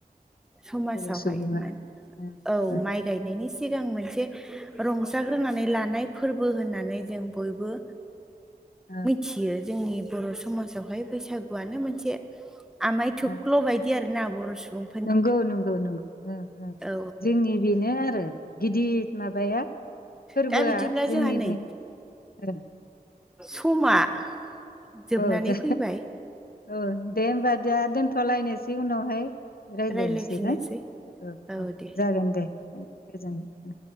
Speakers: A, in the centre; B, on the left (about 75°).
A: समावहाय
B: बर' सुबुङा
A: <unintelligible>
B: ओ
A: औ
B: ओ
A: माइ गायनायनि सिगां मोनसे रंजाग्रोनानै लानाय फोरबो होननानै जों बयबो
B: ओ।
A: थियो जोंनि बर' समाजावहाय बैसागुआनो मोनसे आमायथु
B: ओ
A: ख्ल' बायदि आरो ना बर' सुबुं
B: नंगौ नंगौ नंगौ उम उम
A: औ
B: जोंनि बेनो आरो गिदिर माबाया फोरबोआ
A: दा बिदिब्ला
B: जोंनिबे
A: जोंहा नै
B: ओ
A: समा जोबनानै
B: औ जे
A: फैबाय
B: औ दे होमबा जोंहा दोनथ' लायनोसै उनावहाय रायज्लायनोसै
A: रायलायफिननोसै
B: ना ओ
A: औ
B: ओ
A: दे
B: जागोन दे। उम गोजोन उम।